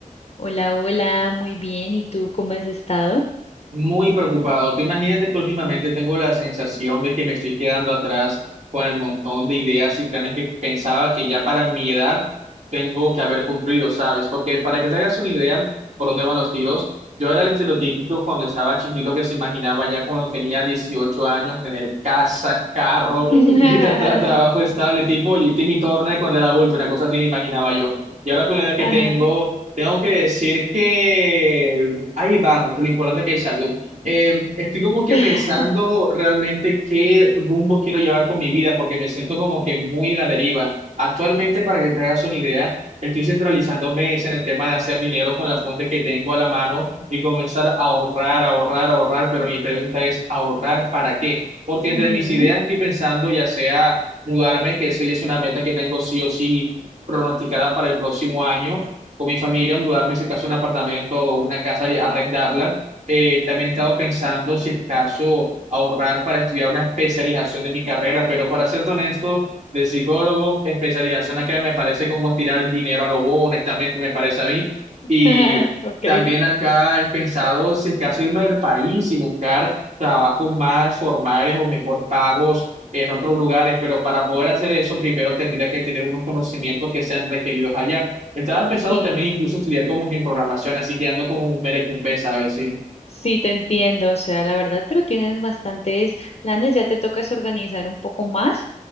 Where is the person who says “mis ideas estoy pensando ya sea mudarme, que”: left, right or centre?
Right